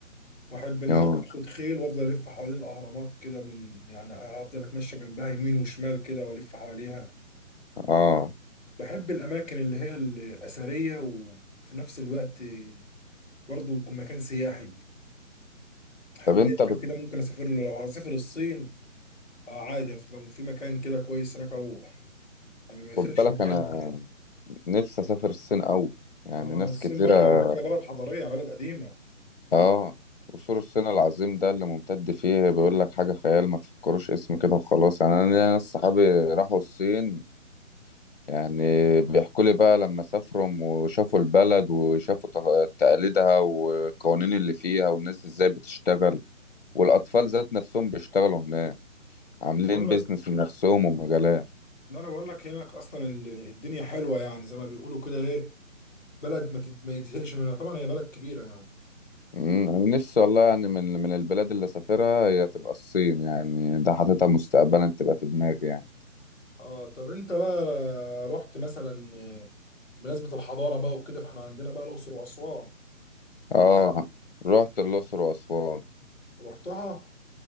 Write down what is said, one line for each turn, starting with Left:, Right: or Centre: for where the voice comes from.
Centre: واحب ان
Left: يوه.
Centre: انا اخد خيل وافضل الف حوالين الاهرامات كده من يعني افضل اتمشى جنبها يمين وشمال كده والف حواليها
Left: آه
Centre: بحب الاماكن اللي هي الاثريه وفي نفس الوقت برضه يكون مكان سياحي احب
Left: طب أنت
Centre: اي مكان
Left: بت-
Centre: كده ممكن اسافر له لو هسافر الصين اه عادي يعني لو في مكان كده كويس هناك اروح يعني ما يفرقش
Left: خد بالك
Centre: معايا
Left: أنا
Centre: المكان
Left: نفسي أسافر الصين أوي يعني
Centre: اه
Left: ناس
Centre: الصين
Left: كتيرة
Centre: برضه على فكره بلد حضاريه بلد قديمه
Left: اه قصور الصين العظيم ده اللي ممتد فيه بيقول لك حاجة خيال ما تفكروش اسم كده وخلاص يعني انا
Centre: آه،
Left: ليا ناس صحابي راحوا الصين يعني بيحكوا لي بقى لما سافروا وشافوا البلد وشافوا تق- تقاليدها والقوانين اللي فيها والناس ازاي بتشتغل والاطفال ذات نفسهم بيشتغلوا هناك عاملين
Centre: بقول لك
Left: بيزنس لنفسهم ومجالات
Centre: لا انا بقول لك هناك اصلا ال- الدنيا حلوه يعني زي ما بيقولوا كده ايه بلد ما تت- ما يتزهقش منها طبعا هي بلد كبيرة يعني
Left: أمم، انا نفسي والله يعني من من البلاد اللي سافرها هي تبقى الصين يعني ده حاططها مستقبلا تبقى في دماغي يعني
Centre: اه طب انت بقى رحت مثلا آه، بمناسبة الحضارة بقى وكده فاحنا عندنا بقى الأقصر وأسوان
Left: اه رحت الأقصر وأسوان
Centre: رحتها